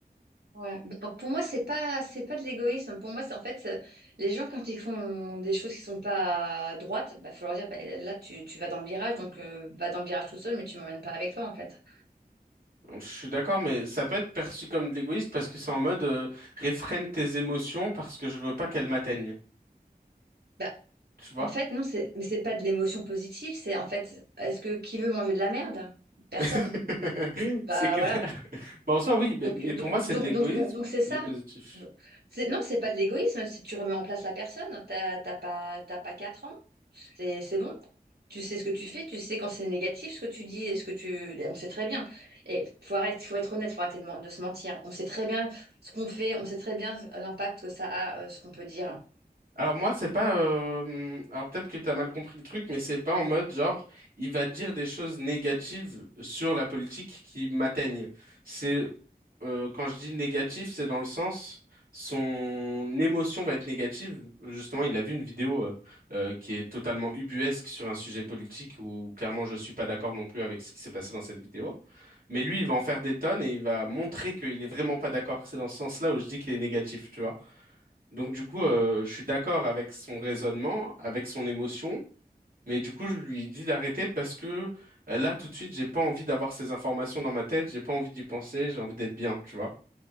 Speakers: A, on the right; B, on the right.
A: Ouais. Bah, pour moi, c'est pas, c'est pas de l'égoïsme. Pour moi, c'est en fait, euh, les gens, quand ils font des choses qui sont pas droites, bah, faut leur dire, bah, là, tu, tu vas dans le virage, donc, euh, va dans le virage tout seul, mais tu m'emmènes pas avec toi, en fait.
B: Donc, je suis d'accord, mais ça peut être perçu comme de l'égoïsme parce que c'est en mode euh, réfrène tes émotions parce que je veux pas qu'elles m'atteignent,
A: Bah,
B: tu vois?
A: En fait, non, c'est, mais c'est pas de l'émotion positive, c'est en fait, est-ce que qui veut manger de la merde? Personne.
B: <laughs>
A: Bah
B: C'est clair.
A: voilà.
B: Bon, en soi, oui, mais,
A: Donc,
B: mais pour
A: do-
B: moi, c'est
A: donc,
B: de l'égoïsme,
A: donc, donc, donc c'est ça.
B: mais positif.
A: Donc, C'est, non, c'est pas de l'égoïsme, Si tu remets en place la personne, t'as t'as pas, t'as pas 4 ans, c'est c'est bon. Tu sais ce que tu fais, tu sais quand c'est négatif ce que tu dis et ce que tu. et On sait très bien. Et faut arrêter, faut être honnête, faut arrêter de, men- de se mentir. On sait très bien ce qu'on fait, on sait très bien l'impact que ça a, euh, ce qu'on peut dire.
B: Alors moi, c'est pas... euh, Alors peut-être que t'as mal compris le truc, mais c'est pas en mode genre, il va dire des choses négatives sur la politique qui m'atteignent. C'est... euh, quand je dis négatif, c'est dans le sens... Son émotion va être négative. Justement, il a vu une vidéo euh, euh, qui est totalement ubuesque sur un sujet politique où clairement je suis pas d'accord non plus avec ce qui s'est passé dans cette vidéo. Mais lui, il va en faire des tonnes et il va montrer qu'il est vraiment pas d'accord. C'est dans ce sens-là où je dis qu'il est négatif, tu vois. Donc du coup, euh, je suis d'accord avec son raisonnement, avec son émotion, mais du coup, je lui dis d'arrêter parce que euh, là, tout de suite, j'ai pas envie d'avoir ces informations dans ma tête, j'ai pas envie d'y penser, j'ai envie d'être bien, tu vois.